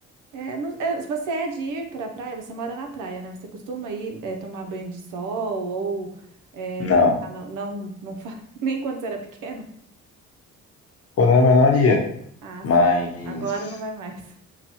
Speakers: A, on the right (about 85°); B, on the left (about 50°).
A: É, não- é, se você é de ir para a praia, você mora na praia, né? Você costuma ir é, tomar banho de sol ou é,
B: Não.
A: brincar? Não, não, não faz, <laughs> nem quando você era pequeno.
B: Quando era menor ia.
A: Ah,
B: Mas.
A: sim. Agora não vai mais.